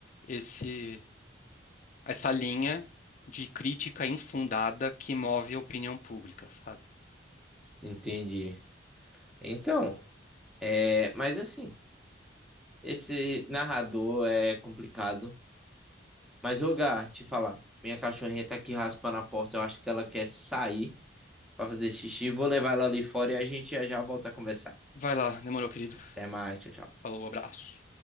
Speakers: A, on the left (about 40°); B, in the centre.
A: esse, essa linha de crítica infundada que move a opinião pública, sabe?
B: Entendi. Então, é. Mas assim, esse narrador é complicado. Mas, ô, Gá, te falar. Minha cachorrinha tá aqui raspando a porta. Eu acho que ela quer sair. pra fazer xixi. Vou levar ela ali fora e a gente já já volta a conversar.
A: Vai lá, demorou, querido.
B: Até mais, tchau, tchau.
A: Falou, abraço.